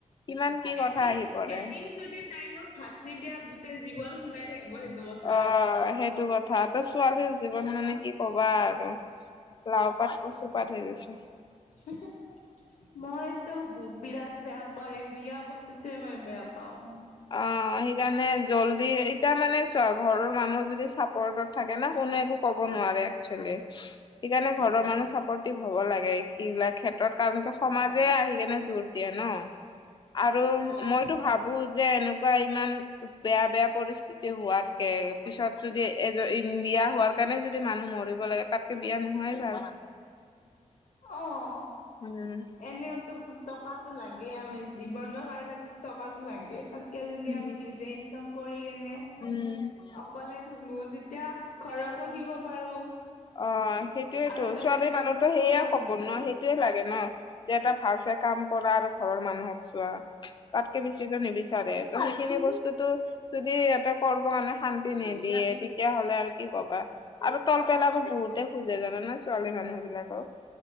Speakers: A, on the left; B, on the left.
A: কিমান কি কথা
B: এদিন
A: আহি পৰে
B: এদিন যদি টাইমত ভাত নিদিয়া গোটেই জীৱন শুনাই থাকিব সেইটো। কথাই
A: অঁ সেইটো কথ থা, ছোৱালীৰ জীৱন মানে কি কবা আৰু লাও পাত কচুপাত হৈ গৈছে।
B: মই তো গো বিৰাত বেয়া পাওঁ, এ বিয়া বস্তুটোৱে বেয়া পাওঁ।
A: অঁ, সেইকাৰণে জল্দি এতিয়া মানে চোৱা ঘৰৰ মানুহ যদি চাপৰ্টত থাকে ন কোনো একো ক'ব নোৱাৰে একচোৱেলি। সেইকাৰণে ঘৰৰ মানুহ চাপৰ্টিভ হব লাগে, এইবিলাক ক্ষেত্ৰত কাৰণ কি সমাজে আহি কেনে জোৰ দিয়ে ন, আৰু
B: অ
A: মইতো ভাবো যে যে এনেকুৱা ইমান বেয়া বেয়া পৰিস্থি তেতিয়া হোৱাতকে পিছত যদি এজন বিয়া হোৱাৰ কাৰণে যদি মানুহ মৰিব লাগে। তাতকে বিয়া নোহোৱাই ভাল।
B: অঁ,
A: উম
B: এনেওতো টকাতো লাগেই আমি জীৱনৰ কাৰণে টকাতো লাগে। তাতকে যদি
A: উম
B: আমি নিজে ইনকাম কৰি কেনে
A: উম উম
B: অকলে থাকো, তেতিয়া ঘৰকো দিব পাৰো।
A: অ সেইটোয়েতো
B: আৰু বেলেগ
A: ছোৱালী
B: মানুহো
A: মানুহতো
B: খোৱাব
A: সেয়া
B: নাহে
A: সপোন ন সেই টোৱে লাগে ন, যে এটা ভাল চাই কাম কৰা আৰু ঘৰৰ মানুহক চোৱা। তাতকে বেছি যে নিবিচাৰে ত' সেইখিনি বস্তুতো। যদি ইহতে কৰ্ম কাৰণে শান্তি নিদিয়ে তেতিয়াাহ'লে আৰু কি কবা আৰু তল পেলাব বহুতে খোজে জানে ন ছোৱালী মানুহ বিলাকক